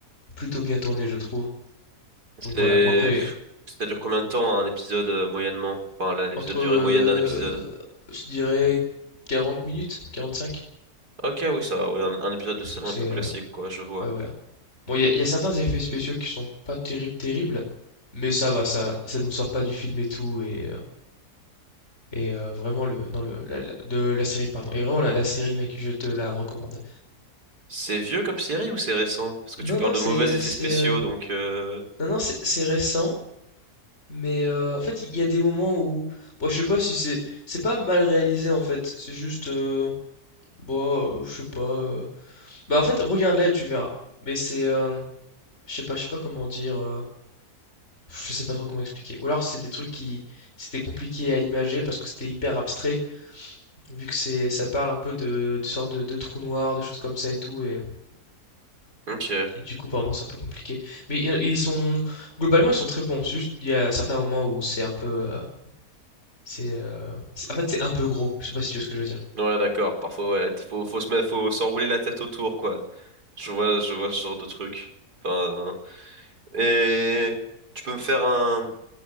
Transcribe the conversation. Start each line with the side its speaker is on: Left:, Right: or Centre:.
Left: plutôt bien tourné, je trouve.
Right: C'est
Left: Donc voilà. Bon, après, les-
Right: ça dure combien de temps un épisode euh, moyennement? Enfin la- l'épisode
Left: entre,
Right: durée
Left: euh,
Right: moyenne d'un épisode.
Left: je dirais, 40 minutes, 45.
Right: Ok oui ça va, ouais un un épisode de série
Left: Donc c'est.
Right: un peu classique
Left: euh,
Right: quoi je vois.
Left: ouais, voilà. Bon, il y, a il y a certains effets spéciaux qui sont pas terribles, terribles. Mais ça va, ça, ça nous sort pas du film et tout. Et, euh, et euh, vraiment, le, non le, la, la- de la série, pardon. Et vraiment, la, la série, mec, je te la recommande.
Right: C'est vieux comme série ou c'est récent? Parce que
Left: Non,
Right: tu parles
Left: non,
Right: de
Left: c'est,
Right: mauvais effets
Left: c'est,
Right: spéciaux,
Left: euh,
Right: donc... euh,
Left: non, non, c'est c'est récent. Mais euh, en fait, il y a des moments où. Bon, je sais pas si c'est. C'est pas mal réalisé en fait, c'est juste. euh, bon heu, je sais pas, heu, bah, en fait, regarde-la et tu verras. Mais c'est, hem, je sais pas je sais pas comment dire, heu, je sais pas trop comment expliquer. Ou alors c'est des trucs qui c'était compliqué à imager parce que c'était hyper abstrait, vu que c'est ça parle un peu de de sortes de de trous noirs, de choses comme ça et tout et
Right: Ok.
Left: et du coup, par moments, c'est un peu compliqué. Mais il ils sont globalement, ils sont très bons, c'est juste il y a certains moments où c'est un peu, heu, c'est, heu, c'est en fait, c'est un peu gros. Je sais pas si tu vois ce que je veux dire?
Right: Ouais, d'accord. Parfois, ouais, t- faut, faut se mettre, faut s'enrouler la tête autour, quoi. Je vois, je vois ce genre de truc. Enfin... Et... Tu peux me faire un...